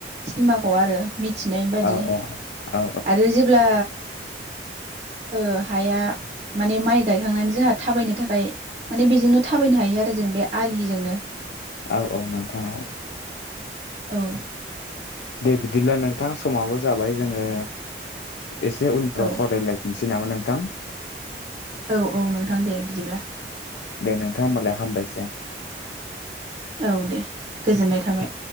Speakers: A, on the right (about 35°); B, on the left (about 75°).
A: सिमाखौ आरो मिथिनाय बादि।
B: औ औ
A: आरो जेब्ला ओ हाया माने माइ गायखांनानै जोंहा थाबायनो थाखाय माने बेजोंनो थाबायनो हायो आरो ।जों बे आलिजोंनो
B: औ औ नोंथां औ।
A: औ।
B: दे बिदिब्ला नोंथां समाबो जाबाय जोङो एसे उनफ्राव
A: औ
B: सावरायलायफिननोसै नामा नोंथां।
A: औ औ नोंथां दे बिदिब्ला।
B: दे नोंथां होमबालाय हामबायसै।
A: औ दे गोजोननाय थाबाय।